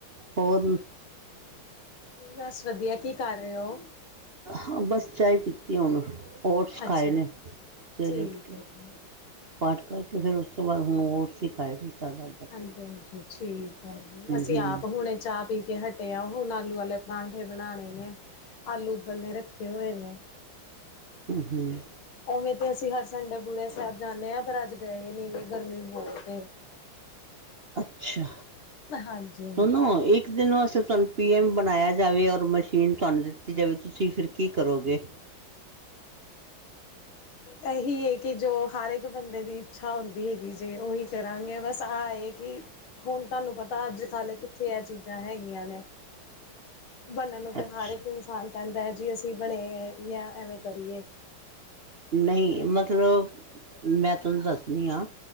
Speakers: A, on the right; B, on the left.
A: ਹੋਰ
B: ਬਸ ਵਧੀਆ, ਕੀ ਕਰ ਰਹੇ ਹੋ?
A: ਹਾਂ, ਬਸ ਚਾਏ ਪੀਤੀ ਆ ਹੁਣ। ਓਟਸ ਖਾਏ
B: ਅੱਛਾ
A: ਨੇ
B: ਜੀ,
A: ਸਵੇਰੇ
B: ਠੀਕ
A: ਉੱਠ ਕੇ।
B: ਹੈ ਜੀ।
A: ਪਾਠ ਕਰਕੇ ਫਿਰ ਉਸ ਤੋਂ ਬਾਅਦ ਹੁਣ ਉਟਸ ਹੀ ਖਾਏ ਜਿਆਦਾ।
B: ਹਾਂਜੀ ਹਾਂਜੀ ਠੀਕ ਹੈ ਜ ਅਸੀਂ
A: ਹੂੰ
B: ਆਪ ਹੁਣੇ ਚਾਹ ਪੀ ਕੇ ਹਟਿਆ ਉਹ ਹੁਣ ਆਲੂ ਵਾਲੇ ਪਰਾਂਠੇ ਬਣਾਣੇ ਨੇ ਆਲੂ ਉਬਲਣੇ ਰੱਖੇ ਹੋਏ ਨੇ
A: ਹੂੰ ਹੂੰ।
B: ਉਵੇਂ ਤੇ ਅਸੀਂ ਹਰ ਸੰਡੇ ਬੂੜੇ ਸਾਹਿਬ ਜਾਂਦੇ ਹਾਂ ਪਰ ਅੱਜ ਗਏ ਨੀ ਗ ਗਰਮੀ ਬਹੁਤ
A: ਅੱਛਾ
B: ਹਾਂਜੀ,
A: ਸੁਨੋ ਇੱਕ ਇੱਕ ਦਿਨ ਵਾਸਤੇ ਤੁਹਾਨੂੰ ਪੀ ਐਮ ਬਣਾਇਆ ਜਾਵੇ ਔਰ ਮਸ਼ੀਨ ਤੁਹਾਨੂੰ ਦਿੱਤੀ ਜਾਵੇ ਤੁਸੀਂ ਫਿਰ ਕੀ ਕਰੋਗੇ
B: ਇਹੀ ਹੈ ਕਿ ਜੋ ਹਰ ਇੱਕ ਬੰਦੇ ਦੀ ਇੱਛਾ ਹੁੰਦੀ ਹੈਗੀ ਜੇ ਉਹੀ ਕਰਾਂਗੇ ਬਸ ਆਹ ਇਹ ਕਿ ਹੁਣ ਤੁਹਾਨੂੰ ਪਤਾ ਅੱਜ ਕੱਲ੍ਹ ਕਿੱਥੇ ਇਹ ਚੀਜ਼ਾਂ ਹੈਗੀਆਂ ਨੇ ਬਣਨ ਨੂੰ ਤੇ
A: ਅੱਛਾ
B: ਹਰ ਇੱਕ ਇਨਸਾਨ ਕਹਿੰਦਾ ਹੈ ਜੀ ਅਸੀਂ ਬਣੇ ਜਾਂ ਐਵੇਂ ਕਰੀਏ
A: ਨਹੀਂ ਮਤਲਬ ਮੈਂ ਤੁਹਾਨੂੰ ਦੱਸਦੀ ਹਾਂ